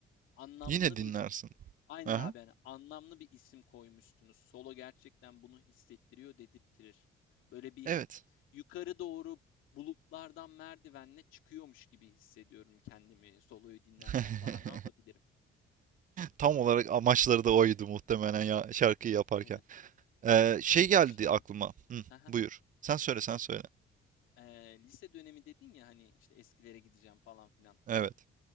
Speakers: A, on the left; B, on the right.
A: Anlamlı
B: Yine dinlersin.
A: bir Aynen
B: Aha.
A: abi yani anlamlı bir isim koymuştunuz Solo gerçekten bunu hissettiriyor, dedirttirir. Böyle bir
B: Evet.
A: yukarı doğru bulutlardan merdivenle çıkıyormuş gibi hissediyorum kendimi soloyu dinlerken.
B: <laughs>
A: Daha ne yapabilirim?
B: Tam olarak amaçları da oydu muhtemelen ya şarkıyı yaparken.
A: Aynen.
B: Ee, şey geldi
A: Şey,
B: aklıma.
A: <laughs>
B: Hı,
A: haha,
B: buyur. Sen söyle, sen söyle.
A: eee, lise dönemi dedin ya hani işte eskilere gideceğim falan filan.
B: Evet.